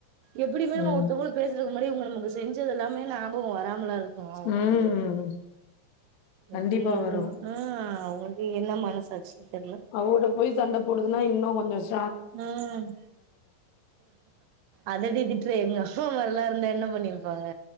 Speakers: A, on the right; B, on the left.
A: எப்படிமே நம்ம
B: ம்
A: ஒருத்தவங்கள பேசறதுக்கு முன்னாடி இவங்க நமக்கு செஞ்சதெல்லா மே ஞாபகம் வராமல இரு க்கும் அவுங்களுக்கு
B: ம் கண்டிப்பா
A: எப்டி எவ்ளோ
B: வரு
A: ஆ அவுங்களு து என்ன மனசாட்சி தெர்ல
B: அவுட போய் சண்ட போடுதுன்னா இன்னும் ன்னஸ்
A: ம் அதடிதிட்டுற எங்கா இப்ப மாரிலா இருந்த என்ன பண்ணிருப்பாங்க